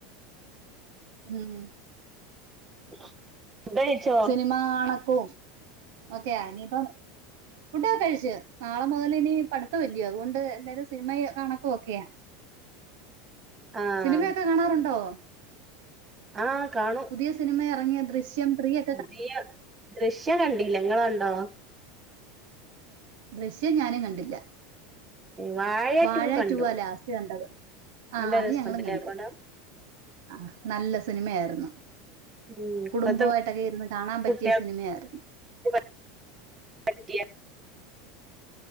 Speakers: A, on the right; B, on the right.
A: ഉം.
B: <unintelligible> ഫുഡഴിച്ചോ?
A: സിനിമാ കാണക്കും ഒക്കെയാ ഇനിപ്പം ഫുഡൊക്കെ കഴിച്ചു നാളെ മുതലിനി പഠിത്തവല്ലയോ അതുകൊണ്ട് എല്ലാരും സിനിമ കണക്കുവൊക്കെയാ.
B: <inaudible> ആഹ്
A: സിനിമയൊക്കെ കാണാറുണ്ടോ?
B: ആഹ് കാണും.
A: പുതിയ സിനിമയെറങ്ങിയ ദൃശ്യംത്രീയൊ
B: പുതിയ ദൃശ്യം കണ്ടീല ഇങ്ങള് കണ്ടോ?
A: ദൃശ്യം ഞാനും കണ്ടില്ല
B: വാഴ
A: വാഴറ്റൂവാ
B: ടു കണ്ടു
A: ലാസ്റ്റ് കണ്ടത്.
B: നല്ല
A: ആഹ് അത്
B: രസണ്ടല്ലേ
A: ഞങ്ങളും കണ്ട്.
B: പടം
A: ആഹ് നല്ല സിനിമയാരുന്നു
B: ഉം ഇപ്പത്തെ
A: കുടുംബമായിട്ടൊക്കെ ഇരുന്ന് കാണാൻ പറ്റിയ
B: കുട്ടികൾക്ക്
A: സിനിമയാരുന്നു.
B: <unintelligible>